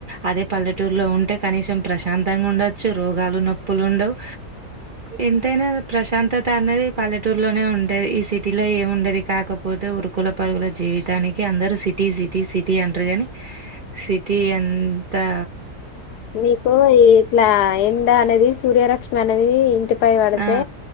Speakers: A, on the right; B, on the left.
A: అదె పల్లెటూర్ లో ఉంటె కనీసం ప్రశాంతం ఉండచ్చు రోగాలు నొప్పులు ఉండవ్ ఎంతైనా ప్రశాంతత అనేది పల్లె టూర్ లోనె ఉంటయ్ ఈ సిటీలొ ఏముండది కాకపోతె ఉరుకుల పరుగుల జీవితానికి అందరూ సిటీసి ఇతి సిటీ అంటరు గాని సిటీ అంతా
B: మీకో ఈట్లా ఎండ అనెది సూర్యరక్ష్మి అనెది ఇంటి పై పడితే
A: ఆ!